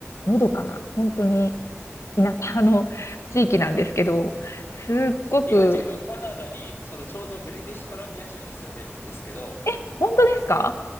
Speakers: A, on the left; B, on the left.
A: う、のどかな、本当に田舎の地域なんですけど、すっごく、
B: 今自分カナダに、そのちょうどブリティッシュコロンビア州に住んでるんですけど、
A: え、本当ですか